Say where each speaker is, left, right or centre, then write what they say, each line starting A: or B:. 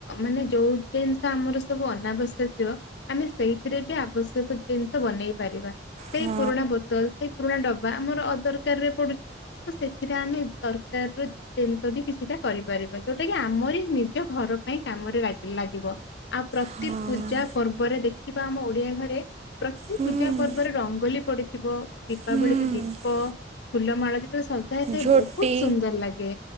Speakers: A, on the left; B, on the right.
A: ମାନେ ଯୋଉ ଜିନିଷ ଆମର ସବୁ ଅନାବଶ୍ୟକୀୟ ଆମେ ସେଇଥିରେ ବି ଆବଶ୍ୟକ ଜିନିଷ ବନେଇ ପାରିବା ସେଇ
B: ହଁ
A: ପୁରୁଣା ବୋତଲ ସେଇ ପୁରୁଣା ଡବା ଆମର ଅଦରକାର ରେ ପଡୁଛି ତ ସେଥିରେ ଆମେ ଦରକାର ର ଜିନିଷ ବି କିଛିଟା କରିପାରିବା ଯୋଉଟା କି ଆମରି ନିଜ ଘର ପାଇଁ କାମରେ ଲା ଲାଗିବ ଆଉ ପ୍ରତି
B: ହଁ।
A: ପୂଜା ପର୍ବରେ ଦେଖିବା ଆମ ଓଡିଆ ଘରେ ପ୍ରତି
B: ହୁଁ
A: ପୂଜା ପର୍ବରେ ରଙ୍ଗୋଲି ପଡିଥିବ ଦୀପାବଳିରେ
B: ହୁଁ
A: ଦୀପ ଫୁଲ ମାଳ ଯେତେବେଳେ ସଜାହେଇଥାଏ
B: ଝୋଟି
A: ବହୁତ ସୁନ୍ଦର ଲାଗେ